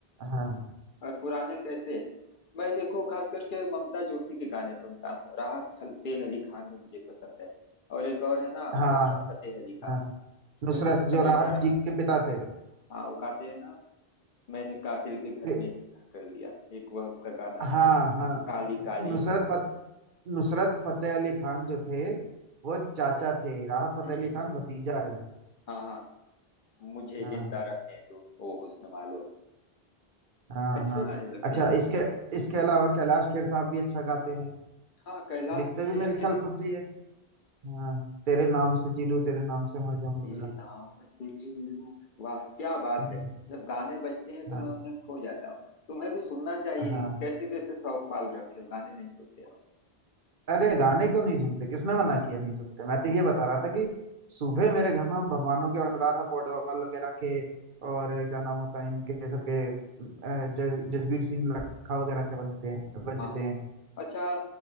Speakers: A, on the right; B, on the left.
A: हाँ
B: और पुराने कैसे मैं देखो खास करके ममता जोशी के गाने सुनता हूँ राहत फतेह अली खान भी मुझे पसंद है और एक और है ना
A: हाँ
B: नुसरत फतेह अली खान
A: हाँ नुसरत
B: नुसरत का
A: जो राहत
B: बेटा राहत
A: जी के पिता थे
B: हाँ वो गाते हैं ना मैंने कातिल के घर
A: फिर-
B: में ही घर कर दिया एक वह उसका गाना है
A: हाँ हाँ
B: काली काली
A: नुसरत फत, नुसरत फतेह अली खान जो थे वो चाचा थे राहत फतेह
B: हम्म
A: अली
B: हम्म,
A: खान भतीजा है
B: हाँ हाँ मुझे
A: हाँ
B: जिंदा रहने दो ओ हुस्न वालो
A: हाँ
B: अच्छे
A: हाँ
B: गाने लगते
A: अच्छा
B: हैं जी
A: तो इसके इसके अलावा कैलाश खेर साहब भी अच्छा गाते हैं
B: हाँ कैलाश
A: लिखते
B: खेर
A: भी मेरे
B: के
A: ख्याल
B: भी
A: खुद से ही है हाँ तेरे नाम से जी लूं तेरे नाम से मर जाऊं
B: तेरे
A: वगैरह
B: नाम से जी लूं वाह क्या बात
A: हम्म,
B: है जब गाने बजते हैं तो
A: हाँ
B: मैं उन्हें खो जाता हूँ तुम्हें भी सुनना चाहिए
A: हाँ
B: कैसे कैसे शौक पाल रखे हो गाने नहीं सुनते हो
A: अरे गाने क्यों नहीं सुनते किसने मना किया नहीं सुनते मैं तो ये बता रहा था कि सुबह मेरे घर में भगवानों के अनुराधा पौडवाल वगैरह के और क्या नाम होता है इनके सबके अ, ज- जसबीर सिंह लखा वगैरह के बनते हैं बजते
B: हाँ हाँ
A: हैं
B: अच्छा